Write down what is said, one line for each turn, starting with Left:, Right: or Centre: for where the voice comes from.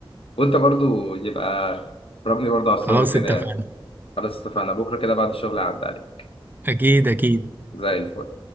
Left: وأنت برضو يبقى ربني برضو على الصور
Right: خلاص
Left: وكده
Right: اتفقنا
Left: يعني خلاص اتفقنا بكرة كده بعد الشغل هعدي عليك
Right: أكيد أكيد
Left: زي الفل